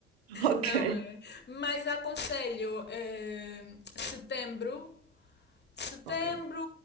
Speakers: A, on the right; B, on the left.
A: <laughs> Ok.
B: Não é. Mas aconselho eh, setembro setembro,
A: Ok.